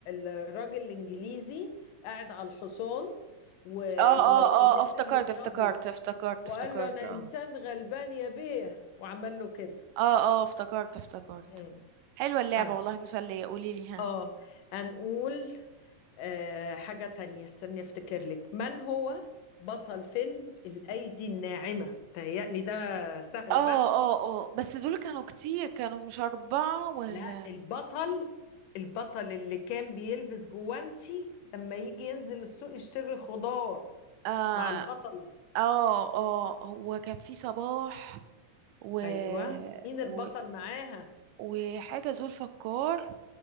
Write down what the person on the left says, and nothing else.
الراجل الانجليزي قاعد على الحصان و
و
ونزل
يضربه
وقال
له انا
انسان غلبان يا بيه وعمل له كده
مم.
طيب
اه هنقول آه حاجة تانية استني افتكر لك من هو بطل فيلم الايدي الناعمة تهيألي ده سهل
بقى
لا البطل البطل اللي كان بيلبس جوانتي لما يجي ينزل السوق يشتري خضار
مع البطلة
ايوه مين
البطل معاها